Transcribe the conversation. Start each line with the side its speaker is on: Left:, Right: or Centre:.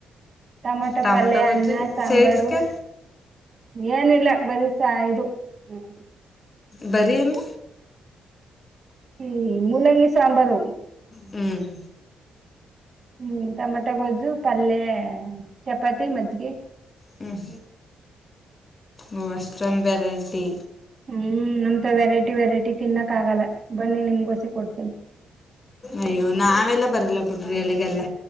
Right: ತಮಾಟ
Left: ಟೊಮೊಟೊ
Right: ಪಲ್ಯ
Left: ಗೊಜ್ಜು
Right: ಅನ್ನ ಸಾಂಬಾರು.
Left: ಸೈಡ್ಸ್ಗೆ
Right: ಏನಿಲ್ಲ ಬರಿ ಸಾ ಇದು ಹ್ಮ್
Left: ಬರಿ ಅಂದ
Right: ಹ್ಮ್ ಮೂಲಂಗಿ ಸಾಂಬಾರು.
Left: ಹ್ಮ್
Right: ಹ್ಮ್ ಟಮಟ ಗೊಜ್ಜು ಪಲ್ಯ ಚಪಾತಿ ಮಜ್ಜಿಗೆ.
Left: ಹ್ಮ್ ಓ ಅಷ್ಟೊಂದ್ ವೆರೈಟಿ
Right: ಹ್ಮ್ ನಮತವ ವೆರೈಟಿ ವೆರೈಟಿ ತಿನ್ನಕ್ ಆಗಲ್ಲ ಬನ್ನಿ ನಿಮ್ಗೋಸಿ ಕೊಡ್ತೀನಿ.
Left: ಅಯ್ಯೋ ನಾವೆಲ್ಲ ಬರಲ್ಲ ಬಿುಡ್ರಿ ಅಲ್ಲಿಗೆಲ್ಲ